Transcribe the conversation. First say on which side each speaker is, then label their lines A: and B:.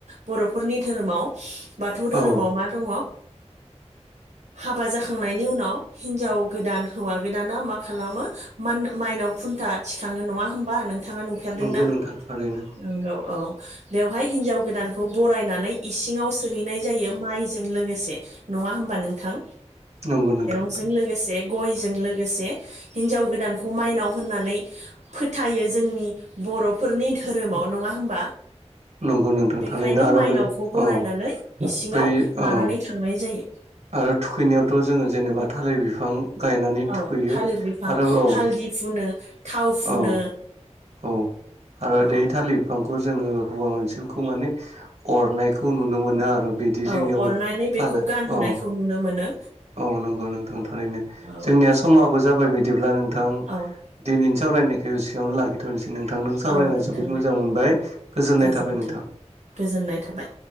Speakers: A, on the right (about 75°); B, on the right (about 60°).
A: बर'फोरनि धोर धोरोमाव बाथौ धोरोमाव
B: औ
A: मा दङ हाबा जाखांनायनि उनाव हिनजाव गोदान हौवा गोदाना मा खालामो माइनाव खुन्था थिखाङो नङा होमबा नों नथाङा नुफेरदोंना
B: नंगौ नोंथां थारैनो
A: नंगौ औ बेवहाय हिनजाव गोदानखौ बरायनानै इसिङाव सोहैनाय जायो माइजों जों लोगोसे नङा होमबा नोंथां
B: नंगौ नोंथां
A: जों लोगोसे गयजों लोगोसे हिनजाव गोदानखौ माइनाव होननानै फोथायो जोंनि बर'फोरनि धोरोमाव नङा होमबा
B: नंगौ नोंथां
A: बेखायनो
B: थारैनो आरो
A: माइनावखौ
B: बे
A: बरायनानै
B: औ
A: इसिङाव
B: बै
A: लानानै
B: औ
A: थांनाय जायो
B: आरो थुखैनायावथ' जोङो जेनेबा थालिर बिफां गायनानै
A: औ
B: थुखैयो
A: थालिर बिफां
B: आरो औ।
A: हालदि फुनो थाव फुनो
B: औ औ आरो
A: औ
B: दै थालिर बिफांखौ जोङो हौवा मोनसेखौ माने अरनायखौ नुनो मोनो आरो। बिदि जोंनियाव
A: औ अरनानै
B: खालाय
A: बेखौ गानहोनायखौ
B: अ
A: नुनो मोनो
B: औ नंगौ नोंथां थारैनो
A: औ
B: जोंनिया समाबो जाबाय बिदिब्ला नोंथां
A: औ
B: दिनैनि सावरायनायखौ एसेयावनो लाखिथ'नोसै नोंथांजों सावरायना
A: औ नोंथांनो
B: जोबोद मोजां मोनबाय गोजोननाय
A: गोजोनथों
B: थाबाय नोंथां।
A: गोजोननाय थाबाय।